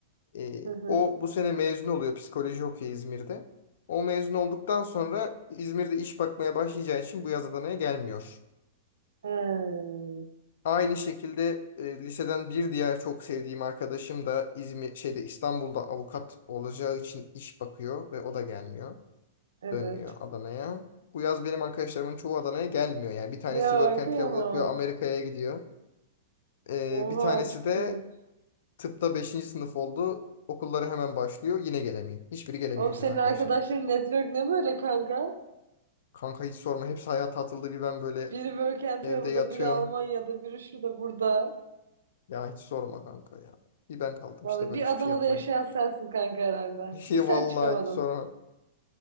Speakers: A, on the left; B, on the right.
A: E,
B: Hı hı.
A: o bu sene mezun oluyor psikoloji okuyor İzmir'de. O mezun olduktan sonra İzmir'de iş bakmaya başlayacağı için bu yaz Adana'ya gelmiyor.
B: Hmm,
A: Aynı şekilde e, liseden bir diğer çok sevdiğim arkadaşım da İzmir şeyde İstanbul'da avukat olacağı için iş bakıyor ve o da gelmiyor.
B: Evet.
A: Dönmüyor Adana'ya. Bu yaz benim arkadaşlarımın çoğu Adana'ya gelmiyor. Yani bir tanesi
B: Ya
A: work and
B: kıyamam.
A: travel yapıyor, Amerika'ya gidiyor. E,
B: Oha
A: bir tanesi
B: çok
A: de
B: iyi.
A: tıpta beşinci sınıf oldu. Okulları hemen başlıyor. Yine gelemiyor. Hiçbiri gelemiyor
B: Oğlum senin
A: şu an arkadaşlarım.
B: arkadaşların network ne böyle kanka?
A: Kanka hiç sorma. Hepsi hayata atıldı. Bir ben böyle
B: Biri Work and
A: evde
B: Travel'da,
A: yatıyorum.
B: biri Almanya'da, biri şurada burada.
A: Ya hiç sorma kanka ya. Bir ben kaldım
B: Vallahi
A: işte böyle
B: bir
A: hiçbir
B: Adana'da
A: şey yapmayayım.
B: yaşayan sensin kanka herhalde.
A: <laughs>
B: Bir sen
A: Vallahi
B: çıkamadın.
A: hiç sorma.